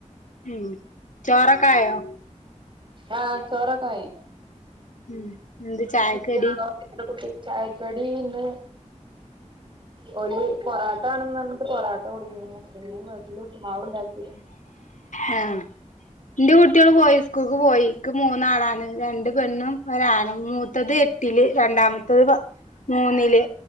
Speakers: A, on the left; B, on the right.
A: ഉം ചോറക്കായോ
B: ആഹ ചോറക്കായ
A: ഉം എന്ത് ചായക്ക്
B: കുട്ടിയത്ര
A: കടി
B: കുട്ടി ചായക്കടീന്ന്
A: <inaudible>
B: ഓ പൊറാട്ട ആണന്ന് പറഞ്ഞിട്ട് പൊറോട്ട കൊടുങ്ങ പിന്നെ വീട്ടില് ഉപ്പ്മാവ് ഉണ്ടാക്കി
A: ആഹ എന്റെറെ കട്ടി കുട്ടികട് പോയി സ്കൂക്ക് പോയിക്ക് മൂന്നാളാണ് രണ്ട് പെണ്ണും ഒരാളു ത്തത് എട്ടില് രണ്ടാമത്തത് മൂന്നില്